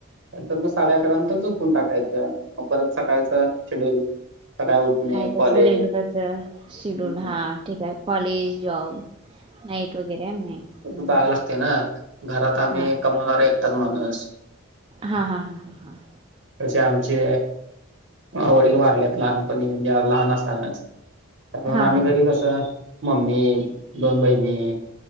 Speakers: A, on the right; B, on the right.
A: नंतर मग साडे अकरा नंतर झोपून टाकायचं. मग परत सकाळचं शेड्यूल सकाळी उठणे,
B: हाय तसं
A: कॉलेज
B: रेग्युलरच शेड्यूल
A: हं,
B: हा ठीक आहे. कॉलेज, जॉब नाईट वगैरे नाही. हम्म,
A: मग ते जायाला
B: हम्म.
A: लागतयं ना. घरात आम्ही
B: हा
A: कमवणारं एकटाच माणूस.
B: हा हा हा हा.
A: तसे आमचे वडील वारल्यात लहानपणी म्हणजे लहान असतानच. त्यामुळ
B: हा
A: आम्ही
B: हा
A: घरी
B: हा
A: कसं? मम्मी, दोन बहिणी,